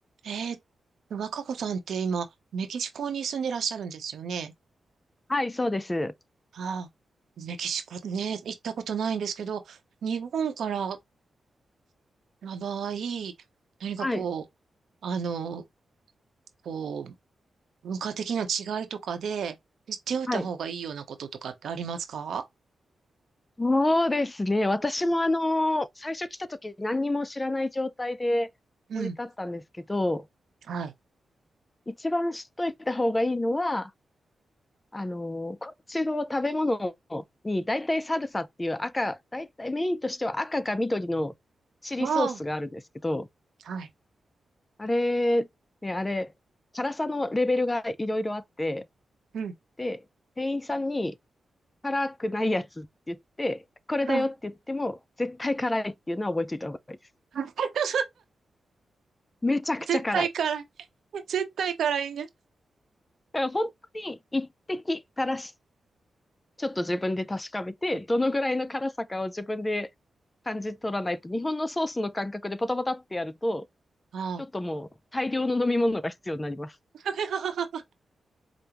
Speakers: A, on the right; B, on the left.
A: えー、若子さんって今、メキシコに住んでらっしゃるんですよね。
B: はい、そうです。
A: ああ、メキシコね、行ったことないんですけど、日本からの場合、何かこう、
B: はい。
A: あの、こう、文化的な違いとかで、知っておいた方がいいようなこととかってありますか
B: はい。そうですね。私もあの最初来た時何にも知らない状態で降り立ったんですけど、
A: うん。はい。
B: 一番知っといた方がいいのは、あのこっちの食べ物に大体サルサっていう赤、大体メインとしては赤か緑のチリソースがあるんですけど、
A: ああ、はい。
B: あれ、ね、あれ、辛さのレベルがいろいろあって、
A: うん。
B: で、店員さんに、辛くないやつって言って、これだよって言っても、
A: うん。
B: 絶対辛いっていうのは覚えておいた方がいいです。
A: <laughs>
B: めちゃくちゃ辛い。
A: 絶対辛い。絶対辛いね。
B: だから本当に一滴垂らし、ちょっと自分で確かめて、どのぐらいの辛さかを自分で感じ取らないと、日本のソースの感覚でポタポタってやると、
A: ああ。
B: ちょっともう大量の飲み物が必要になります。
A: <laughs>